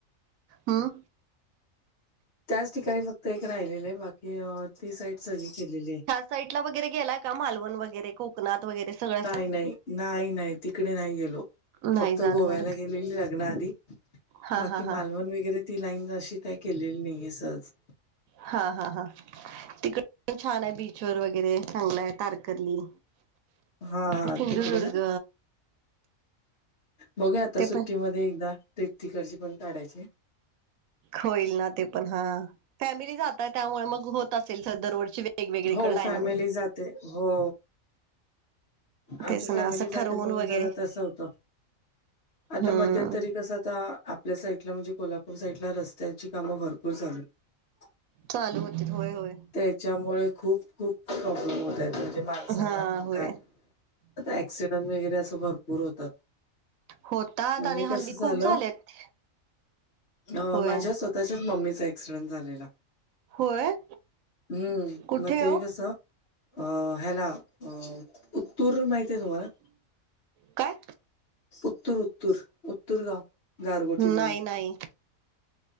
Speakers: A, on the right (about 80°); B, on the left (about 50°).
A: हम्म.
B: त्याच ठिकाणी फक्त एक राहिलेलं ए बाकी अ ती साईट सगळी केलेलीए.
A: साईट ला वगैरे गेलाय का? मालवण वगैरे, कोकणात वगैरे. सगळं असं?
B: नाही नाही. नाही नाही. तिकडे नाही गेलो.
A: नाही
B: फक्त
A: जाणं
B: गोव्याला
A: झालं का?
B: गेलेली लग्नाआधी.
A: हा
B: बाकी
A: हा हा
B: मालवण वगैरे ती लाईन अशी काय केलेली नाही ए सहज.
A: हा हा हा. तिकड पण छान आहे बीचवर वगैरे, <unintelligible> तारकर्ली.
B: हा -हा
A: ते सिंधुदुर्ग
B: तिकडे ना. बघूया आता,
A: ते
B: सुट्टीमध्ये
A: पण
B: एकदा ट्रिप तिकडची पण, काढायची.
A: होईल ना ते पण, हा फॅमिली जातय,, त्यामुळे मग होत असेल दरवर्षी वेगवेगळीकडे
B: हो,
A: जायनं
B: फॅमिली जाते हो. आमची
A: तेच
B: फॅमिली
A: ना असं
B: जाते
A: ठरवून
B: म्हणून
A: वगैरे
B: जरा, तसं होतं. आता,
A: हम्म
B: मध्यंतरी कसं आ आपल्या साईडला म्हणजे, कोल्हापूर साईड ला रस्त्याची कामं, भरपूर चालू आहेत.
A: चालू होतिथं, होय -होय.
B: त्याच्यामुळे, खूप -खूप प्रॉब्लेम होत आहेत. म्हणजे माणसांना
A: हा होय
B: काय आता, ऍक्सिडेंट वगैरे असं भरपूर होतात.
A: होतात
B: म्हणजे
A: आणि हल्ली
B: कस झालं,
A: खूप झालेत
B: अ
A: होय
B: माझ्या स्वत त्याच्याच, मम्मीचा ऍक्सिडेंट झालेला.
A: होय
B: हम्म,
A: कुठे
B: म ते
A: हो
B: कसं. अ हेला, उ उत्तूर माहितीय आहेतुम्हाला,
A: काय
B: उतूर -उतूर, उत्तूरगाव, गारगोटी जवळ,
A: नाही नाही